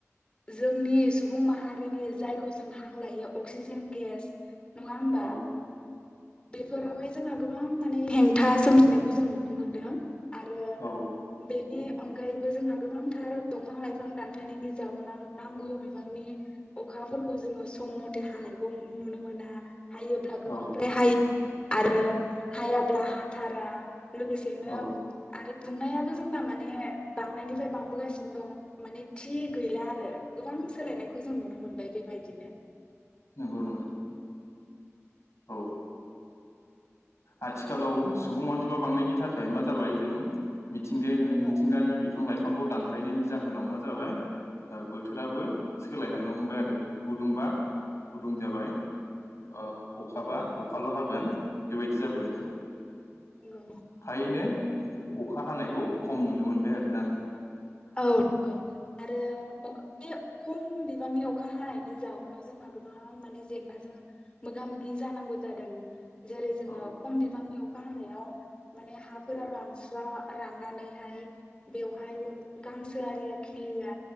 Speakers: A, on the left; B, on the left.
A: जोंनि सुबुं माहारिनि जायखौ जों हां लायो अक्सिजेन गेस नङा होमबा
B: औ
A: बेफोरावहाय जोंहा गोबां माने हेंथा सोमजिनायखौ जों नुनो मोनदों। आरो
B: औ
A: बेनि अनगायैबो जोंहा गोबांथार दंफां लाइफां दानफायनायनि जाउनाव नांगौ बिबांनि अखाफोरखौ जोङो सम मथे हानायखौ नुनो मोना। हायोब्ला गोबांद्राय
B: औ
A: हायो। आरो हायाब्ला हाथारा लोगोसेनो
B: औ
A: आरो दुंनायाबो जोंना माने बांनायनिफ्राय बांबोगासिनो दं माने थि गैला आरो गोबां सोलायनायखौ जों नुनो मोनबाय बेबायदिनो।
B: नंगौ नोंथां। औ ओ आथिखालाव सुबुं अनजिमा बांनायनि थाखाय मा जाबाय जों मिथिंगायानो मिथिंगानि
A: औ
B: बिफां लाइ बिफांखौ दानफायनायनि जाहोनाव मा जाबाय ओ बोथोराबो सोलायलांनो हमबाय आरो। गुदुंबा
A: नंगौ
B: गुदुं जाबाय। औ। अखाबा अखाल' हागोन। बेबायदि जाबाय आरो
A: उम नंगौ।
B: थायैनो अख अखा हानायखौ खम नुनो मोनबाय आरो ना।
A: औ नंगौ। आरो अख इयो खम बिबांनि अखा हानायनि जाउनाव जोंहा गोबां माने जेंनाजों मोगा मोगि जानांगौ जादों। जेरै जोङो
B: औ
A: खम बिबांनियाव अखा हायाव माने हाफोरा रानस्रा राननानैहाय बेवहाय गांसो आरिया खिलिया